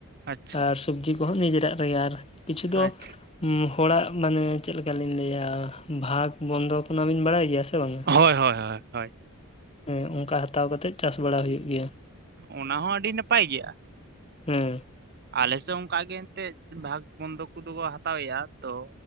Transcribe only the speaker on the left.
ᱟᱨ, ᱥᱚᱵᱡᱤ ᱠᱚᱦᱚᱸ ᱱᱤᱡᱮᱨᱟᱜ ᱨᱮᱜᱮ ᱟᱨ ᱠᱤᱪᱷᱩ ᱫᱚ,
ᱦᱩᱸ ᱦᱚᱲᱟᱜ ᱢᱟᱱᱮ ᱪᱮᱜᱠᱟᱞᱤᱧ ᱞᱟᱹᱭᱟ ᱵᱷᱟᱜᱽ ᱵᱚᱱᱫᱚᱠ ᱚᱱᱟᱵᱤᱱ ᱵᱟᱲᱟᱭ ᱜᱮᱭᱟ ᱥᱮ ᱵᱟᱝ-ᱟ?
ᱮᱸ ᱚᱱᱠᱟ ᱦᱟᱛᱟᱣ ᱠᱟᱛᱮᱫ ᱪᱟᱥ ᱵᱟᱲᱟ ᱦᱩᱭᱩᱜ ᱜᱮᱭᱟ᱾
ᱦᱮ